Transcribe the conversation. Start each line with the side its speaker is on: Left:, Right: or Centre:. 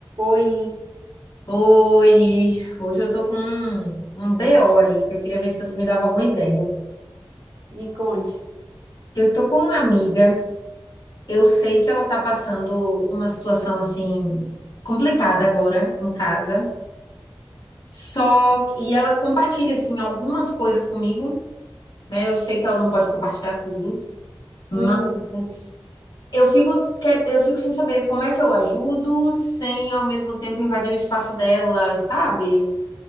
Right: Oi,
Left: Oi, hoje eu tô com um, um BO aí, que eu queria ver se você me dava alguma ideia.
Right: me conte.
Left: Eu tô com uma amiga, eu sei que ela tá passando uma situação assim complicada agora em casa. Só que, e ela compartilha assim algumas coisas comigo, né? Eu sei que ela não pode compartilhar tudo, mas
Right: Hum,
Left: eu fico que- eu fico sem saber como é que eu ajudo sem ao mesmo tempo invadir o espaço dela, sabe?